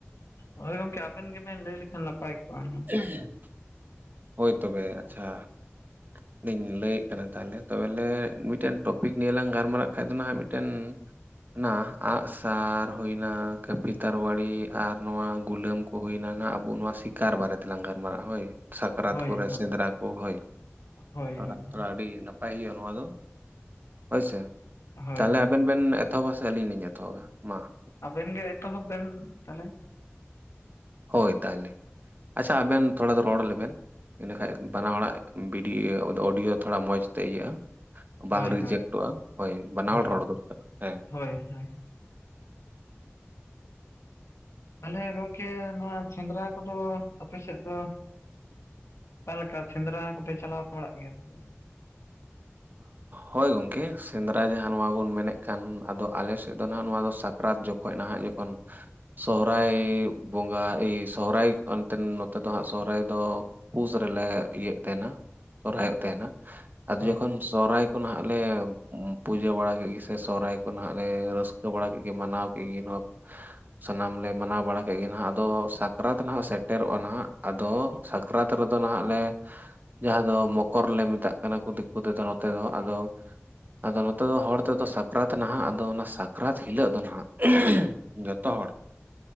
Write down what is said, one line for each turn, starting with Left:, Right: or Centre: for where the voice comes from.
Left: ᱦᱳᱭ ᱜᱚᱝᱠᱮ ᱟᱵᱮᱱ ᱜᱮᱵᱮᱱ ᱞᱟᱹᱭ ᱞᱮᱠᱷᱟᱱ ᱱᱟᱯᱟᱭ ᱠᱚᱜ-ᱟ ᱦᱟᱸᱜ ᱦᱩᱱᱟᱹᱝ
Right: <unintelligible> ᱦᱳᱭ ᱛᱚᱵᱮ ᱟᱪᱪᱷᱟ
Left: <unintelligible>
Right: ᱞᱤᱧ ᱞᱟᱹᱭᱮᱫ ᱠᱟᱱᱟ ᱛᱟᱦᱚᱞᱮ ᱛᱚᱵᱮ ᱞᱮ ᱢᱤᱫᱴᱮᱱ ᱴᱚᱯᱤᱠ ᱱᱤᱭᱮ ᱞᱟᱝ ᱜᱟᱨᱢᱟᱨᱟᱜ ᱠᱷᱟᱡ ᱫᱚ ᱱᱟᱦᱟᱜ ᱢᱤᱫᱴᱮᱱ ᱚᱱᱟ ᱟᱸᱜ ᱥᱟᱨ ᱦᱩᱭᱱᱟ ᱠᱟᱹᱯᱤ, ᱛᱟᱨᱣᱟᱲᱤ ᱟᱨ ᱱᱚᱣᱟ ᱜᱩᱞᱟᱹᱢ ᱠᱚ, ᱠᱚ ᱦᱩᱭᱱᱟ ᱱᱟᱦᱟᱜ ᱟᱵᱚ ᱱᱚᱣᱟ ᱥᱤᱠᱟᱨ ᱵᱟᱨᱮ ᱛᱮᱞᱟᱝ ᱜᱟᱨᱢᱟᱨᱟᱜ-ᱟ ᱦᱳᱭ, ᱥᱟᱠᱨᱟᱛ
Left: ᱦᱳᱭ
Right: ᱠᱚᱨᱮ
Left: ᱦᱳ
Right: ᱥᱮᱸᱫᱽᱨᱟ ᱠᱚ ᱦᱳᱭ,
Left: ᱦᱳᱭ
Right: ᱛᱚ
Left: ᱦᱳᱭ
Right: ᱚᱱᱟ ᱛᱷᱚᱲᱟ ᱟᱹᱰᱤ ᱵᱟᱭ ᱦᱩᱭᱩᱜ-ᱟ ᱱᱚᱣᱟ ᱫᱚ ᱦᱳᱭ ᱥᱮ
Left: ᱦᱳᱭ
Right: ᱛᱟᱦᱚᱞᱮ ᱟᱵᱮᱱ ᱵᱮᱱ ᱮᱛᱚᱦᱚᱵᱟ ᱥᱮ ᱟᱹᱞᱤᱧ ᱞᱤᱧ ᱮᱛᱚᱦᱚᱵᱟ ᱢᱟ,
Left: ᱟᱵᱮᱱ ᱜᱮ ᱮᱛᱚᱦᱚᱵ ᱵᱮᱱ ᱛᱟᱦᱞᱮ
Right: ᱦᱳᱭ ᱛᱟᱦᱚᱞᱮ ᱟᱪᱪᱷᱟ ᱟᱵᱮᱱ ᱛᱷᱚᱲᱟ ᱫᱚ ᱨᱚᱲ ᱞᱮᱵᱮᱱ ᱤᱱᱟᱹ ᱠᱷᱟᱡ ᱵᱟᱱᱟ ᱦᱚᱲᱟᱜ ᱵᱷᱤᱰᱤᱭᱳ ᱚᱫᱚ ᱚᱰᱤᱭᱳ ᱛᱷᱚᱲᱟ ᱢᱚᱡᱽ ᱛᱮ ᱤᱭᱟᱹᱜ-ᱟ ᱾ ᱵᱟᱝ
Left: ᱦᱳᱭ
Right: ᱨᱤᱡᱮᱠᱴᱚᱜ-ᱟ
Left: ᱦᱳᱭ
Right: ᱦᱳᱭ ᱵᱟᱱᱟ
Left: ᱦᱳᱭ
Right: ᱦᱚᱲ ᱨᱚᱲ ᱫᱚᱨᱠᱟᱨ ᱦᱮᱸ ᱾
Left: ᱦᱳᱭ ᱦᱳᱭ ᱾ ᱛᱟᱦᱚᱞᱮ ᱜᱚᱝᱠᱮ ᱱᱚᱣᱟ ᱥᱮᱸᱫᱽᱨᱟ ᱠᱚᱫᱚ ᱟᱯᱮ ᱥᱮᱫ ᱫᱚ ᱚᱠᱟ ᱞᱮᱠᱟ ᱥᱮᱸᱫᱽᱨᱟ ᱠᱚᱯᱮ ᱪᱟᱞᱟᱣ ᱵᱟᱲᱟᱜ ᱜᱮᱭᱟ ᱥᱮ ᱵᱟᱝ?
Right: ᱦᱳᱭ ᱜᱚᱝᱠᱮ ᱥᱮᱸᱫᱽᱨᱟ ᱡᱟᱦᱟᱸ ᱱᱚᱣᱟ ᱵᱚᱱ ᱢᱮᱱᱮᱫ ᱠᱟᱱ ᱟᱫᱚ ᱟᱞᱮ ᱥᱮᱫ ᱫᱚ ᱱᱟᱦᱟᱜ ᱱᱚᱣᱟ ᱫᱚ ᱥᱟᱠᱨᱟᱛ ᱡᱚᱠ ᱠᱷᱚᱡ ᱱᱟᱦᱟᱜ ᱡᱚᱠᱷᱚᱱ ᱥᱚᱦᱨᱟᱭ ᱵᱚᱸᱜᱟ ᱮ ᱥᱚᱦᱨᱟᱭ ᱮᱱᱛᱮᱱ ᱱᱚᱛᱮ ᱫᱚ ᱱᱟᱦᱟᱜ ᱥᱚᱦᱨᱟᱭ ᱫᱚ ᱯᱩᱥ ᱨᱮᱞᱮ ᱤᱭᱟᱹᱜ ᱛᱟᱦᱮᱱᱟ ᱥᱚᱨᱦᱟᱭᱚᱜ ᱛᱟᱦᱮᱱᱟ ᱟᱫᱚ
Left: ᱦᱳᱭ
Right: ᱡᱚᱠᱷ ᱥᱚᱦᱨᱟᱭ ᱠᱚ ᱱᱟᱦᱟᱜ ᱞᱮ ᱯᱩᱡᱟᱹ ᱵᱟᱲᱟ ᱠᱮᱫ ᱜᱮ ᱥᱮ ᱥᱚᱦᱨᱟᱭ ᱠᱚ ᱱᱟᱦᱟᱜ ᱞᱮ ᱨᱟᱹᱥᱠᱟᱹ ᱵᱟᱲᱟ ᱠᱮᱫ ᱜᱮ ᱢᱟᱱᱟᱣ ᱠᱮᱫ ᱜᱮ ᱱᱚᱣᱟ ᱥᱟᱱᱟᱢ ᱞᱮ ᱢᱟᱱᱟᱣ ᱵᱟᱲᱟ ᱠᱮᱫ ᱜᱮ ᱱᱟᱦᱟᱜ, ᱟᱫᱚ ᱥᱟᱠᱨᱟᱛ ᱱᱟᱦᱟᱜ ᱥᱮᱴᱮᱨᱚᱜ-ᱟ ᱱᱟᱦᱟᱜ ᱟᱫᱚ ᱥᱟᱠᱨᱟᱛ ᱨᱮᱫᱚ ᱱᱟᱦᱟᱜ ᱞᱮ ᱡᱟᱦᱟᱸ ᱫᱚ ᱢᱚᱠᱚᱨ ᱞᱮ ᱢᱮᱛᱟᱜ ᱠᱟᱱᱟ ᱠᱚ ᱫᱤᱠ ᱠᱩ ᱛᱮᱫᱚ ᱱᱚᱛᱮ ᱫᱚ ᱾ ᱟᱫᱚ ᱟᱫᱚ ᱱᱚᱛᱮ ᱫᱚ ᱦᱚᱲ ᱛᱮᱫᱚ ᱥᱟᱠᱨᱟᱛ ᱱᱟᱦᱟᱜ ᱟᱫᱚ ᱚᱱᱟ ᱥᱟᱠᱨᱟᱛ ᱦᱤᱞᱟᱹᱜ ᱫᱚ ᱱᱟᱦᱟᱜ ᱾ ᱡᱚᱛᱚ ᱦᱚᱲ